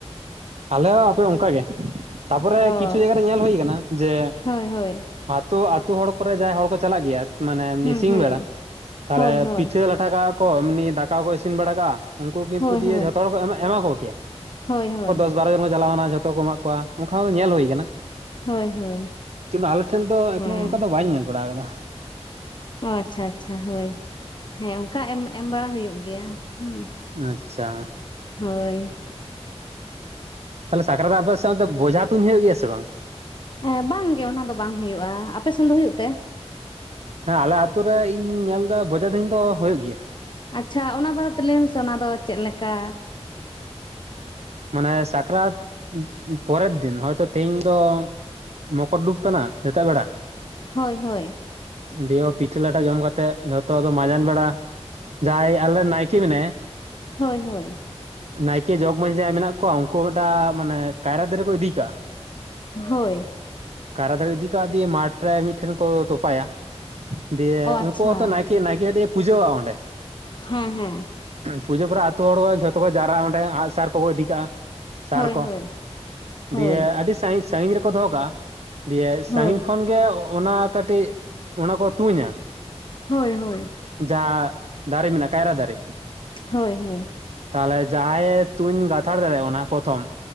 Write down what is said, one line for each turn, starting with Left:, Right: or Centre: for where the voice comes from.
Right: ᱟᱞᱮ ᱦᱚᱸ ᱟᱯᱮ ᱚᱝᱠᱟ ᱜᱮ ᱛᱟᱯᱚᱨᱮ
Left: ᱚ
Right: ᱠᱤᱪᱷᱩ ᱡᱟᱭᱜᱟᱮ ᱧᱮᱞ ᱦᱩᱭ ᱟᱠᱟᱱᱟ ᱡᱮ
Left: ᱦᱳᱭ ᱦᱳᱭ᱾
Right: ᱛᱚ ᱟᱛᱩ ᱦᱚᱲ ᱠᱚᱨᱮ ᱡᱟᱦᱟᱸᱭ ᱦᱚᱲ ᱠᱚ ᱪᱟᱞᱟᱜ ᱜᱮᱭᱟ ᱢᱟᱱᱮ
Left: ᱦᱩᱸ
Right: ᱢ ᱥᱤᱧ
Left: ᱦᱩᱸ
Right: ᱵᱮᱲᱟ ᱛᱟᱦᱮ
Left: ᱦᱳᱭ ᱦᱳᱭ
Right: ᱯᱤᱴᱷᱟᱹ ᱞᱟᱴᱷᱟ ᱠᱟᱜᱼᱟ ᱠᱚ ᱮᱢᱤ ᱫᱟᱠᱟ ᱠᱚ ᱤᱥᱤᱱ ᱵᱟᱲᱟ ᱠᱟᱜᱼᱟ ᱩᱝᱠᱩ ᱠᱤᱱᱛᱩ
Left: ᱦᱳᱭ
Right: ᱫᱤᱭᱮ
Left: ᱦᱳᱭ
Right: ᱡᱷᱚᱛᱚ ᱦᱚᱲ ᱠᱚ ᱮᱢᱟ ᱠᱚᱜᱮᱭᱟ᱾
Left: ᱦᱳᱭ ᱦᱳᱭ᱾
Right: ᱫᱚᱥ ᱵᱟᱨ ᱡᱚᱱ ᱠᱚ ᱪᱟᱞᱟᱣ ᱱᱟ ᱡᱷᱚᱛᱚ ᱠᱚ ᱮᱢᱟᱜ ᱠᱚᱣᱟ ᱚᱝᱠᱟ ᱦᱚ ᱧᱮᱞ ᱦᱩᱭ ᱠᱟᱱᱟ᱾
Left: ᱦᱳᱭ ᱦᱳᱭ
Right: ᱠᱤᱝᱵᱟ ᱟᱞᱮ ᱴᱷᱮᱱ ᱫᱚ ᱮᱠᱷᱚᱱᱳ
Left: ᱦᱮᱸ
Right: ᱚᱝᱠᱟ ᱫᱚ ᱵᱟᱹᱧ ᱧᱮᱞ ᱵᱟᱲᱟ ᱠᱟᱫᱟ᱾
Left: ᱚ ᱟᱪᱪᱷᱟ ᱟᱪᱪᱷᱟ ᱦᱳᱭ ᱦᱮᱸ ᱚᱝᱠᱟ ᱮᱢ ᱵᱟᱲᱟ ᱦᱩᱭᱩᱜ ᱜᱮᱭᱟ ᱦᱩᱸ᱾
Right: ᱟᱪᱪᱷᱟ᱾
Left: ᱦᱳᱭ᱾
Right: ᱛᱟᱦᱚᱞᱮ ᱥᱟᱠᱨᱟᱛ ᱨᱮ ᱟᱯᱮ ᱚᱱᱛᱮ ᱵᱚᱡᱷᱟ ᱛᱩᱧ ᱦᱩᱭᱩᱜ ᱜᱮᱭᱟ ᱥᱮ ᱵᱟᱝ?
Left: ᱮᱸ ᱵᱟᱝ ᱜᱮ ᱚᱱᱟ ᱫᱚ ᱵᱟᱝ ᱦᱩᱭᱩᱜᱼᱟ ᱟᱯᱮ ᱥᱮᱱ ᱫᱚ ᱦᱩᱭᱩᱜ ᱛᱮ?
Right: ᱦᱮᱸ ᱟᱞᱮ ᱟᱛᱳ ᱨᱮ ᱤᱧ ᱧᱮᱞ ᱫᱟ ᱵᱚᱡᱷᱟ ᱛᱩᱧ ᱫᱚ ᱦᱩᱭᱩᱜ ᱜᱮᱭᱟ ᱾
Left: ᱟᱪᱪᱷᱟ ᱚᱱᱟ ᱵᱟᱨᱮ ᱛᱮ ᱞᱟᱹᱭ ᱢᱮᱥᱮ ᱚᱱᱟ ᱫᱚ ᱪᱮᱫ ᱞᱮᱠᱟ?
Right: ᱢᱟᱱᱮ ᱥᱟᱠᱨᱟᱛ ᱯᱚ-ᱯᱚ ᱯᱚᱨᱮᱨ ᱫᱤᱱ ᱦᱚᱭᱛᱳ ᱛᱮᱦᱤᱧ ᱫᱚ ᱢᱚᱠᱚᱨ ᱰᱩᱵ ᱠᱟᱱᱟ ᱥᱮᱛᱟᱜ ᱵᱮᱲᱟ
Left: ᱦᱳᱭ ᱦᱳᱭ᱾
Right: ᱫᱤᱭᱮ ᱯᱤᱴᱷᱟᱹ ᱞᱟᱴᱷᱟ ᱡᱚᱢ ᱠᱟᱛᱮᱜ ᱡᱷᱚᱛᱚ ᱟᱫᱚ ᱢᱟᱡᱟᱱ ᱵᱮᱲᱟ ᱡᱟᱦᱟᱸᱭ ᱟᱞᱮ ᱱᱟᱭᱠᱮ ᱢᱮᱱᱟᱭᱟ
Left: ᱦᱳᱭ ᱦᱳᱭ᱾
Right: ᱱᱟᱭᱠᱮ ᱡᱚᱜᱽ ᱢᱟᱺᱡᱷᱤ ᱡᱟᱦᱟᱸᱭ ᱢᱮᱱᱟᱜ ᱠᱚᱣᱟ ᱩᱱᱠᱩ ᱢᱤᱫᱴᱟᱜ ᱢᱟᱱᱮ ᱠᱟᱭᱨᱟ ᱫᱟᱨᱮ ᱠᱚ ᱤᱫᱤ ᱠᱟᱜᱼᱟ ᱾
Left: ᱦᱳᱭ᱾
Right: ᱠᱟᱭᱨᱟ ᱫᱟᱨᱮ ᱤᱫᱤ ᱠᱟᱜ ᱫᱤᱭᱮ ᱢᱟᱴᱷ ᱨᱮ ᱢᱤᱫᱴᱷᱮᱱ ᱠᱚ ᱛᱚᱯᱟᱭᱟ ᱫᱤᱭᱮ
Left: ᱚ ᱟᱪᱪᱷᱟ
Right: ᱩᱱᱠᱩ ᱦᱚᱸᱛᱚ ᱱᱟᱭ ᱠᱮ ᱱᱟᱭᱠᱮ ᱠᱟᱴᱤᱡ ᱮ ᱯᱩᱡᱟᱹᱣᱟᱜ-ᱟ ᱚᱸᱰᱮ ᱾
Left: ᱦᱮᱸ ᱦᱮᱸ᱾
Right: ᱯᱩᱡᱟᱹ ᱯᱚᱨᱮ ᱟᱹᱛᱩ ᱦᱚᱲ ᱠᱚ ᱡᱷᱚᱛᱚ ᱠᱚ ᱡᱟᱣᱨᱟᱜᱼᱟ ᱚᱸᱰᱮ ᱟᱸᱜᱥᱟᱨ ᱠᱚᱠᱚ ᱤᱫᱤ ᱠᱟᱜᱼᱟ ᱾ ᱥᱟᱨ
Left: ᱦᱳᱭ
Right: ᱠᱚ,
Left: ᱦᱳᱭ ᱦᱳᱭ
Right: ᱫᱤᱭᱮ ᱟᱹᱰᱤ ᱥᱟᱜᱤᱧ ᱥᱟᱹᱜᱤᱧ ᱨᱮᱠᱚ ᱫᱚᱦᱚ ᱠᱟᱜᱼᱟ, ᱫᱤᱭᱮ
Left: ᱦᱳᱭ
Right: ᱥᱟᱺᱜᱤᱧ ᱠᱷᱚᱱ ᱜᱮ ᱚᱱᱟ ᱠᱟᱹᱴᱤᱡ ᱚᱱᱟ ᱠᱚ ᱛᱩᱧᱟ᱾
Left: ᱦᱳᱭ ᱦᱳᱭ᱾
Right: ᱡᱟᱸ ᱫᱟᱨᱮ ᱢᱮᱱᱟᱜᱼᱟ ᱠᱟᱭᱨᱟ ᱫᱟᱨᱮ
Left: ᱦᱳᱭ ᱦᱳᱭ᱾
Right: ᱛᱟᱦᱚᱞᱮ ᱡᱟᱦᱟᱸᱭᱮ ᱛᱩᱧ ᱜᱟᱛᱷᱟᱲ ᱫᱟᱲᱮᱭᱟᱜ-ᱟ ᱚᱱᱟ ᱯᱨᱚᱛᱷᱚᱢ,